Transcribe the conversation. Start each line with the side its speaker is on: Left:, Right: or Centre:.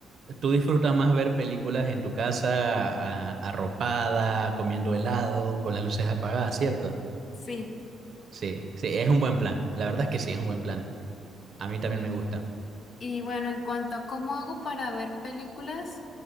Right: tú disfrutas más ver películas en tu casa, a- arropada, comiendo helado, con las luces apagadas, ¿cierto?
Left: Sí.
Right: Sí, sí, es un buen plan. La verdad es que sí, es un buen plan. A mí también
Left: Y,
Right: me gusta.
Left: y bueno, en cuanto a cómo hago para ver películas,